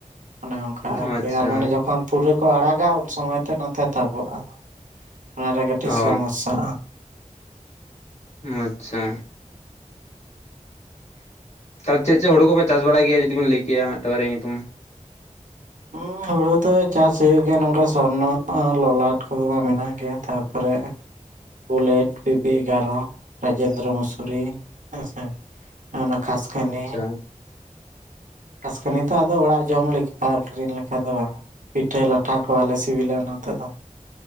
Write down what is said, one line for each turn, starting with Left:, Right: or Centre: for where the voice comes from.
Right: ᱚᱱᱮ ᱚᱱᱠᱟ ᱟᱨᱠᱤ
Left: ᱟᱪᱪᱷᱟ
Right: ᱟᱨ ᱢᱟᱱᱮ ᱡᱚᱠᱷᱚᱱ ᱯᱩᱨᱟᱹ ᱠᱚ ᱟᱲᱟᱜᱟ ᱩᱱ ᱥᱚᱢᱚᱭ ᱛᱮ ᱱᱚᱛᱮ ᱛᱟᱵᱚᱜᱼᱟ ᱚᱱᱟᱨᱮ ᱠᱟᱹᱴᱤᱡ
Left: ᱚ
Right: ᱥᱚᱢᱚᱥᱥᱟ
Left: ᱟᱪᱪᱷᱟ ᱛᱟᱦᱞᱮ ᱪᱮᱫ ᱪᱮᱫ ᱦᱩᱲᱩ ᱠᱚᱯᱮ ᱪᱟᱥ ᱵᱟᱲᱟᱭ ᱜᱮᱭᱟ ᱡᱩᱫᱤ ᱵᱮᱱ ᱞᱟᱹᱭ ᱠᱮᱭᱟ ᱢᱤᱫᱴᱟᱝ ᱵᱟᱨᱮᱭᱟ ᱧᱩᱛᱩᱢ
Right: ᱦᱮᱸ ᱦᱩᱲᱩ ᱫᱚ ᱪᱟᱥ ᱦᱩᱭᱩᱜ ᱜᱮᱭᱟ ᱱᱚᱝᱠᱟ ᱥᱚᱨᱱᱚ ᱞᱚᱞᱟᱴ ᱠᱚᱫᱚ ᱢᱟ ᱢᱮᱱᱟᱜ ᱜᱮᱭᱟ ᱛᱟᱯᱚᱨᱮ ᱵᱩᱞᱮᱴ ᱵᱤᱵᱤ ᱮᱜᱟᱨᱚ ᱨᱟᱡᱮᱱᱫᱨᱚ ᱢᱚᱥᱩᱨᱤ ᱦᱮᱸᱥᱮ ᱚᱱᱟ ᱠᱷᱟᱥᱠᱟᱱᱤ
Left: ᱟᱪᱪᱷᱟ
Right: ᱠᱷᱟᱥᱠᱟᱱᱤ ᱫᱚ ᱟᱫᱚ ᱚᱲᱟᱜ ᱡᱚᱢ ᱞᱮᱠᱟ ᱟᱹᱠᱷᱨᱤᱧ ᱞᱮᱠᱟ ᱫᱚ ᱵᱟᱝ ᱯᱤᱴᱷᱟᱹ ᱞᱟᱴᱷᱟ ᱠᱚ ᱵᱷᱟᱞᱮ ᱥᱤᱵᱤᱞᱟ ᱚᱱᱟᱛᱮ ᱫᱚ